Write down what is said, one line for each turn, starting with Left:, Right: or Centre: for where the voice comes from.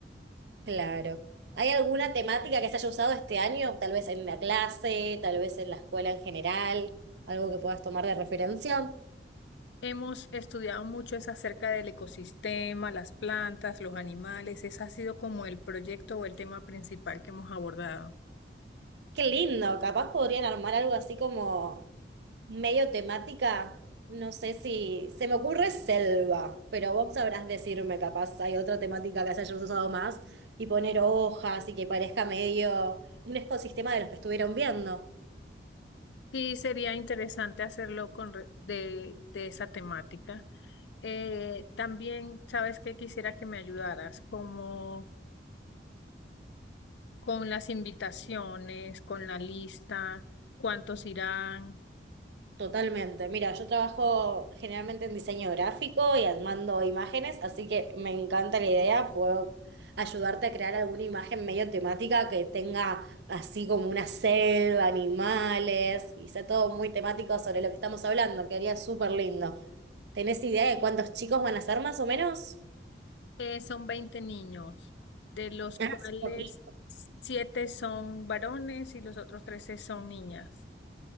Right: Claro. ¿Hay alguna temática que se haya usado este año? Tal vez en la clase, tal vez en la escuela en general, algo que puedas tomar de referencia.
Left: Hemos estudiado mucho es acerca del ecosistema, las plantas, los animales. Ese ha sido como el proyecto o el tema principal que hemos abordado.
Right: Qué lindo, capaz podrían armar algo así como medio temática. No sé si se me ocurre selva, pero vos sabrás decirme, capaz hay otra temática que se haya usado más y poner hojas y que parezca medio un ecosistema de los que estuvieron viendo.
Left: Sí, sería interesante hacerlo con re- de, de esa temática. Eh, también, ¿sabes qué? Quisiera que me ayudaras como con las invitaciones, con la lista, cuántos irán.
Right: Totalmente. Mira, yo trabajo generalmente en diseño gráfico y armando imágenes, así que me encanta la idea. Puedo ayudarte a crear alguna imagen medio temática que tenga así como una selva, animales, y sea todo muy temático sobre lo que estamos hablando, quedaría súper lindo. ¿Tenés idea de cuántos chicos van a ser más o menos?
Left: Eh, son 20 niños, de los cuales
Right: Ah, son poquitos.
Left: siete son varones y los otros 13 son niñas.